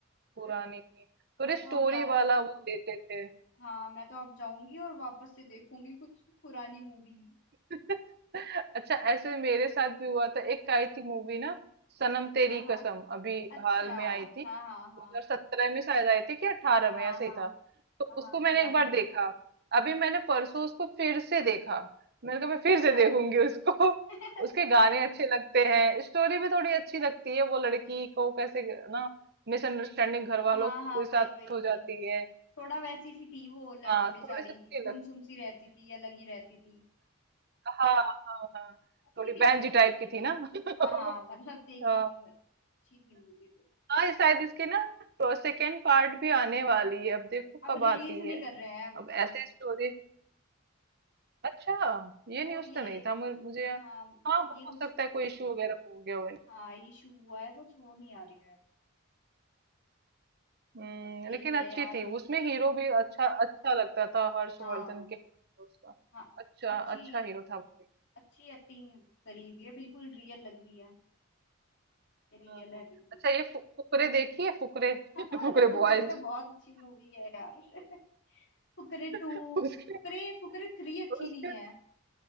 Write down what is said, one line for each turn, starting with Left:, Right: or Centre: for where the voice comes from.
Right: पुराने की थोड़ी
Left: मैं
Right: स्टोरी
Left: तो अब जाऊंगी
Right: वाला वो लेते थे
Left: हाँ मैं तो अब जाऊंगी और वापस से देखूंगी कुछ पुरानी मूवी
Right: <laughs> अच्छा ऐसे मेरे साथ भी हुआ था एक आई थी मूवी ना सनम तेरी
Left: हाँ हाँ
Right: कसम अभी
Left: अच्छा
Right: हाल में आई थी
Left: हाँ
Right: 2017
Left: हाँ हाँ
Right: में शायद आई थी कि 18
Left: हाँ
Right: में ऐसे
Left: हाँ
Right: ही था तो
Left: हाँ हाँ
Right: उसको
Left: पुरानी
Right: मैंने एक बार
Left: मूवी
Right: देखा
Left: है
Right: अभी मैंने परसों उसको फिर से देखा मैंने कहा मैं
Left: अच्छा
Right: फिर से देखूंगी उसको <laughs>
Left: <laughs>
Right: उसके गाने अच्छे लगते हैं स्टोरी भी थोड़ी अच्छी लगती है वो लड़की को कैसे ना मिसअंडरस्टैंडिंग घर वालों
Left: हाँ हाँ
Right: के साथ
Left: वही वही
Right: हो
Left: वही
Right: जाती है
Left: थोड़ा वैसी सी थी वो लड़की
Right: हाँ
Left: बेचारी
Right: थोड़ी सी अच्छी
Left: गुमसुम
Right: लगती
Left: सी रहती
Right: है
Left: थी अलग ही रहती थी
Right: हाँ हाँ हाँ
Left: अच्छी
Right: थोड़ी
Left: थी
Right: बहन
Left: मतलब
Right: जी
Left: मूवी
Right: टाइप की थी
Left: ये
Right: ना <laughs>
Left: हाँ हाँ मतलब देखी
Right: हाँ
Left: थी मैं। अच्छी थी मूवी तो
Right: हाँ ये शायद इसके ना सेकेंड पार्ट भी आने वाली है अब देखो
Left: अब
Right: कब
Left: रिलीज
Right: आती
Left: नहीं
Right: है
Left: कर रहे हैं अब
Right: अब
Left: उसको
Right: ऐसे स्टोरी अच्छा ये
Left: वो
Right: न्यूज़
Left: ये
Right: तो नहीं था मुझे मुझे यार
Left: हाँ
Right: हाँ
Left: ये कुछ
Right: हो सकता है कोई इशू वगैरह हो गया हो
Left: हाँ इशू हुआ है कुछ वो नहीं आ रही है
Right: हम्म,
Left: बस यही
Right: लेकिन
Left: है
Right: अच्छी
Left: यार
Right: थी उसमें हीरो भी अच्छा अच्छा लगता था हर्षवर्धन
Left: हाँ
Right: के उसका
Left: हाँ
Right: अच्छा
Left: अच्छी
Right: अच्छा हीरो था वो।
Left: अच्छी एक्टिंग करी हुई है बिल्कुल रियल लग रही है रियल
Right: हम्म,
Left: है बिल्कुल
Right: अच्छा ये फु, फुकरे देखी है फुकरे
Left: <laughs> हाँ
Right: <laughs> फुकरे
Left: अरे फुकरे
Right: बॉयज
Left: तो बहुत अच्छी मूवी है यार <laughs> फुकरे टू
Right: <laughs> उसके
Left: फुकरे फुकरे थ्री अच्छी
Right: उसके
Left: नहीं है